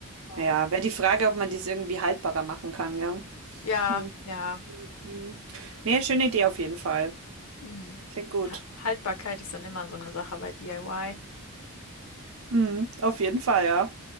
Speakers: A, on the left; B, on the right.
A: Oh.
B: Ja, wäre die Frage, ob man dies irgendwie haltbarer machen kann, gell?
A: Ja,
B: Mhm,
A: ja.
B: mhm. Ne, schöne Idee auf jeden Fall.
A: Mhm.
B: Klingt gut.
A: Ha- Haltbarkeit ist dann immer so eine Sache bei DIY.
B: Mhm, auf jeden Fall, ja.